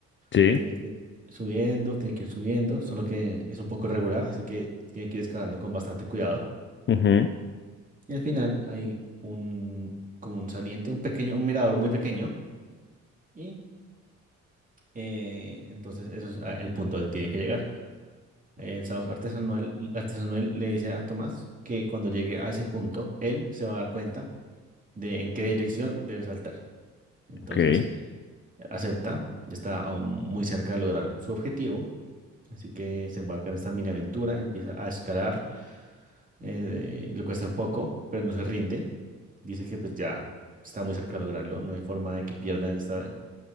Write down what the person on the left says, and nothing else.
Sí,
ujú,
ok.